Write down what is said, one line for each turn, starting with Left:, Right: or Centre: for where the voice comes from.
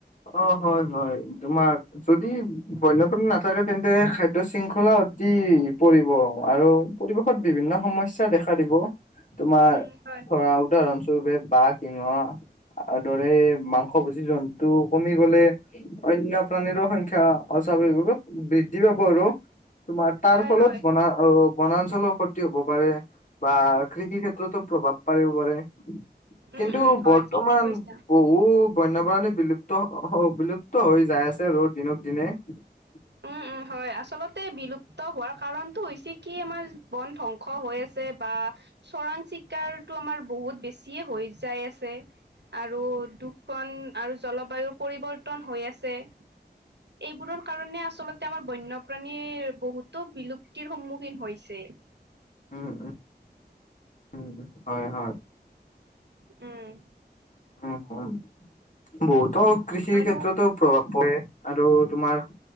Left: অ', হয়', হয়', তোমাৰ যদি বন্যপ্ৰাণী নাথাকে তেন্তে খাদ্য শৃংখলা অতি পৰিব আৰু পৰিৱেশত বিভিন্ন সমস্যা দেখা দিব। তোমাৰ
Right: উম, হয়,
Left: ধৰা উদাহৰণ স্বৰূপে বাঘ, সিংহ আৰু দৰে মাংস মাগস ভুজি জন্তু কমি গ'লে, অন্য প্ৰাণীৰ সংখ্যা অস্বাভাৱিক বৃদ্ধি পাব আৰু। তোমাৰ তাৰ
Right: হয়,
Left: ফলত
Right: হয়।
Left: বনা অ' বনাঞ্চলৰ ক্ষতি হ'ব পাৰে। বা কৃষি ক্ষেত্ৰতো প্ৰভাৱ পাৰিব পাৰে,
Right: উম,
Left: কিন্তু
Right: উম, হয়,
Left: বৰ্তমান
Right: ঠিকে কৈছা।
Left: বহ বহু বন্যপ্ৰাণী বিলুপ্ত- বিলুপ্ত হৈ যাই আছে ৰৌদ দিনক দিনে। <inaudible>
Right: উম, হয়', আচলতে বিলুপ্ত হোৱাৰ কাৰণটো হৈছে, কি আমাৰ বন ধ্বংস হৈ আছে বা চৰাং চিকাৰটো আমাৰ বহুত বেছি হৈ যাই আছে। আৰু দুখন আৰু জলবায়ুৰ পৰিৱৰ্তন হৈ আছে। এইবোৰৰ কাৰণে আচলতে আমাৰ বন্যপ্ৰাণীৰ বহুতো বিলুপ্তিৰ সন্মুখীন হৈছে।
Left: উম', উম', হয়', হয়',।
Right: উম',।
Left: উম', উম', বহুতো কৃষিৰ
Right: আৰু
Left: ক্ষেত্ৰতো প্ৰভাৱ পৰে আৰু তোমাৰ